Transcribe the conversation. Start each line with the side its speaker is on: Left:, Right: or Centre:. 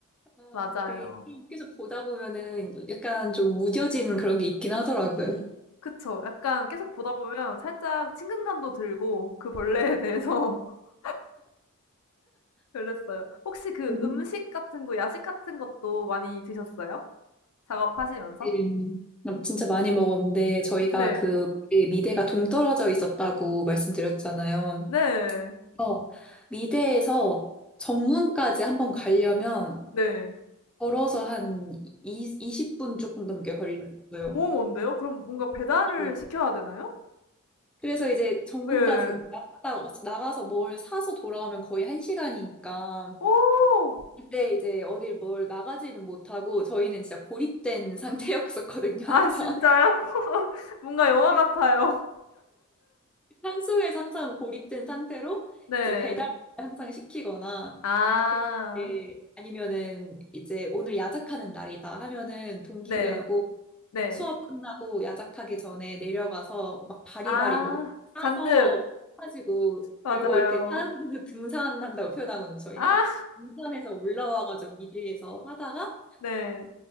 Centre: 아,
Left: 맞아요.
Centre: 그게 계속 보다 보면은 약간 좀 무뎌지는 그런 게 있긴 하더라고요.
Left: 그쵸. 약간 계속 보다 보면 살짝 친근감도 들고 그 벌레에 대해서 <laughs> 그랬어요. 혹시 그
Centre: 음.
Left: 음식 같은 거 야식 같은 것도 많이 드셨어요? 작업하시면서?
Centre: 네. 진짜 많이 먹었는데 저희가
Left: 네.
Centre: 그 미대가 동떨어져 있었다고 말씀드렸잖아요.
Left: 네.
Centre: 어, 미대에서 정문까지 한번 가려면
Left: 네.
Centre: 걸어서 한 이, 20분 조금 넘게 걸렸어요.
Left: 너무 먼데요? 그럼 뭔가 배달을
Centre: 그렇죠.
Left: 시켜야 되나요?
Centre: 그래서 이제 정문까지
Left: 예.
Centre: 나갔다, 나가서 뭘 사서 돌아오면 거의 한시간이니까
Left: 오,
Centre: 그때 이제 어딜 뭘 나가지는 못하고 저희는 진짜 고립된 상태였었거든요,
Left: 아
Centre: 항상.
Left: 진짜요? <laughs> 뭔가 영화
Centre: <laughs>
Left: 같아요.
Centre: 산속에 항상 고립된 상태로
Left: 네.
Centre: 이제 배달 항상 시키거나
Left: 아.
Centre: 그렇게 아니면은 이제 오늘 야작하는 날이다 하면은 동기들하고
Left: 네. 네.
Centre: 수업 끝나고 야작하기 전에 내려가서 막 바리바리
Left: 아.
Centre: 먹 사서
Left: 잔뜩.
Centre: 가지고
Left: 맞아요.
Centre: 들고 이렇게 산 <laughs> 등산한다고 표현하거든요, 저희는.
Left: 아.
Centre: 등산에서 올라와가지고 미대에서 하다가
Left: 네.